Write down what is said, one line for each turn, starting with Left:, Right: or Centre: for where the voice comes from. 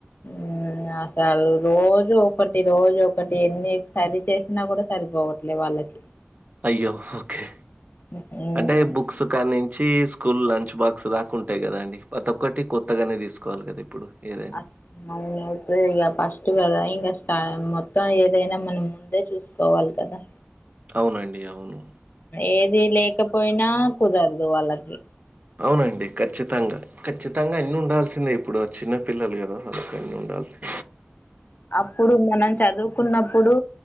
Left: ఉమ్ అసలు రోజు ఒకటి రోజు ఒకటి ఎన్ని సరి చేసినా కూడా సరిపోవట్లేదు వాళ్ళకి
Right: అయ్యో ఓకే
Left: ఉమ్
Right: అంటే బుక్స్ కానుంచి స్కూల్ లంచ్ బాక్స్ దాకా ఉంటాయి కదండి ప్రతి ఒక్కటి కొత్తగానే తీసుకోవాలి కదా ఇప్పుడు ఏదైనా
Left: అం అవును ఇక ఫస్ట్ కదా ఇంక స్ట మొత్తం ఏదైనా మనం ముందే చూసుకోవాలి కదా
Right: అవునండి అవును.
Left: ఏది లేకపోయినా కుదర్దు వాళ్ళకి
Right: అవునండి ఖచ్చితంగ ఖచ్చితంగా అన్ని ఉండాల్సిందే ఇప్ ఇప్పుడు ఆ చిన్నపిల్లల్ కదా వాళ్ళకన్నీ ఉండాల్సిం
Left: అప్పుడు మనం చదువుకున్నప్పుడూ